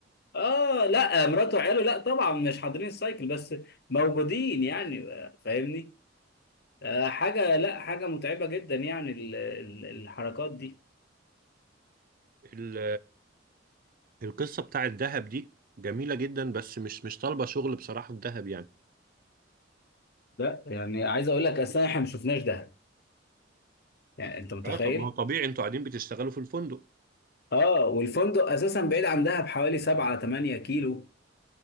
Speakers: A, on the left (about 55°); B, on the right (about 50°).
A: اه لا مراته وعياله لا طبعا مش حاضرين السايكل بس موجودين يعني فاهمني آه، حاجة لا حاجة متعبة جدا يعني ال- ال- الحركات دي
B: <laughs> ال- القصه بتاع الذهب دي جميله جدا بس مش مش طالبه شغل بصراحه في دهب يعني
A: لا يعني عايز اقول لك اصلا احنا ما شفناش دهب يعني انت متخيل
B: اه طب ما هو طبيعي انتوا قاعدين بتشتغلوا في الفندق
A: اه والفندق اساسا بعيد عن دهب حوالي 7 8 كيلو